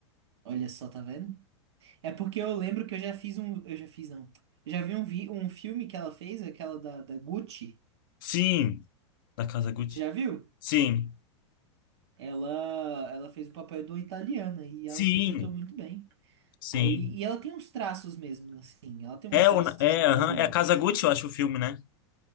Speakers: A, on the right (about 60°); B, on the left (about 45°).
A: Olha só, tá vendo? É porque eu lembro que eu já fiz um, eu já fiz não. Eu já vi um, vi, um filme que ela fez, aquela da, da Gucci.
B: Sim. Da Casa Gucci.
A: Você já viu?
B: Sim.
A: Ela, ela fez o papel de uma italiana e
B: Sim.
A: ela interpretou muito bem.
B: Sim.
A: Aí, e ela tem uns traços mesmo, assim, ela tem uns
B: É,
A: traços
B: o- é,
A: italianos.
B: aham. É a Casa Gucci, eu acho, o filme, né?